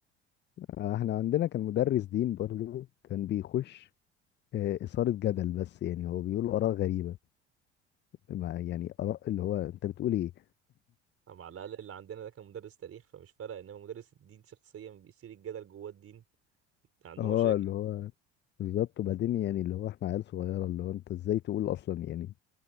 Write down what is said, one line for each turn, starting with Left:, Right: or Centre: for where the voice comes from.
Left: آه احنا عندنا كان مدرس دين برضو كان بيخش آه، إثارة جدل بس يعني هو بيقول آراء غريبة ما يعني آراء اللي هو انت بتقول ايه
Right: طب على الأقل اللي عندنا ده كان مدرس تاريخ فمش فارق إنما مدرس الدين شخصيا بيثير الجدل جوه الدين
Left: <laughs>
Right: عنده
Left: اه
Right: مشاكل
Left: اللي هو بالظبط وبعدين يعني اللي هو احنا عيال صغيرة اللي هو انت ازاي تقول اصلا يعني